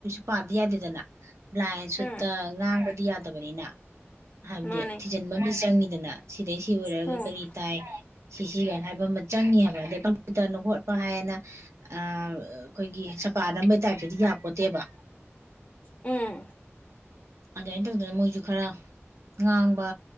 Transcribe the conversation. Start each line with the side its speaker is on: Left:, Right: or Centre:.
Right: ꯄꯥꯗꯤ ꯌꯥꯗꯗꯅ ꯂ꯭ꯂꯥꯏꯟ ꯁꯨꯠꯇ
Left: ꯎꯝ
Right: ꯉꯥꯡꯕꯗꯤ ꯌꯥꯗꯕꯅꯤꯅ ꯍꯥꯏꯕꯗꯤ
Left: ꯃꯥꯅꯦ
Right: ꯊꯤꯖꯤꯟꯕ ꯑꯃ ꯆꯪꯉꯤꯗ ꯅ ꯁꯤꯗꯩ ꯁꯤ ꯑꯣꯏꯔꯛꯑꯒ
Left: ꯎꯝ
Right: ꯀꯔꯤ ꯇꯥꯏ ꯁꯤꯁꯤꯒ ꯍꯥꯏꯕ ꯑꯃ ꯆꯪꯏ ꯍꯥꯏꯕꯗ ꯇꯅ ꯍꯣꯠꯄ ꯍꯥꯏꯌꯦꯅ ꯑ ꯑꯩꯈꯣꯏꯒꯤ ꯆꯄꯥ ꯑ ꯅꯝꯕꯩ ꯇꯥꯏꯞꯁꯤꯗꯤ ꯌꯥꯄꯣꯠꯇꯦꯕ
Left: ꯎꯝ
Right: ꯑꯗꯨꯃꯥꯏꯅ ꯇꯧꯗꯅ ꯃꯣꯏꯁꯨ ꯈꯔ ꯉꯥꯡꯕ